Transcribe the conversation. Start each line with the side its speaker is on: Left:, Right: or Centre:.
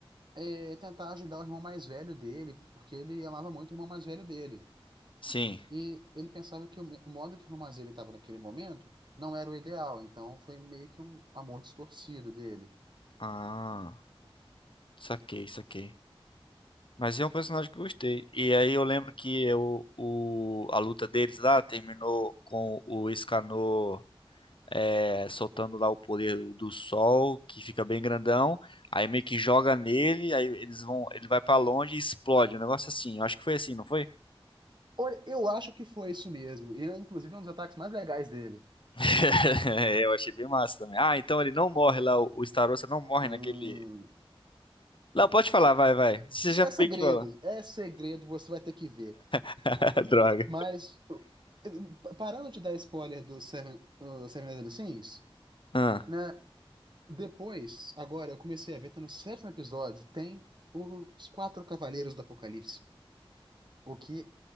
Right: é, tentar ajudar o irmão mais velho dele, porque ele amava muito o irmão mais velho dele.
Left: Sim.
Right: E ele pensava que o, me- o modo que o irmão mais velho estava naquele momento não era o ideal, então foi meio que um amor distorcido dele.
Left: Ah, saquei, saquei. Mas é um personagem que eu gostei. E aí eu lembro que eu, o, a luta deles lá terminou com o Escanor é, soltando lá o poder do sol, que fica bem grandão. Aí meio que joga nele, aí eles vão, ele vai pra longe e explode. Um negócio assim. Eu acho que foi assim, não foi?
Right: Olha, eu acho que foi isso mesmo. E, é, inclusive, um dos ataques mais legais dele.
Left: <laughs> Eu achei bem massa também. Ah, então ele não morre lá, o o Starosta não morre
Right: Hum,
Left: naquele. Não, pode falar, vai, vai. Você
Right: isso
Left: já
Right: é segredo,
Left: meio que falou.
Right: é segredo, você vai ter que ver.
Left: <laughs> Droga.
Right: Mas, eh, parando de dar spoiler do Seven, o Seven Deadly Sins,
Left: Ah,
Right: né? Depois, agora, eu comecei a ver, tá no sétimo episódio, tem os quatro cavaleiros do Apocalipse. O que,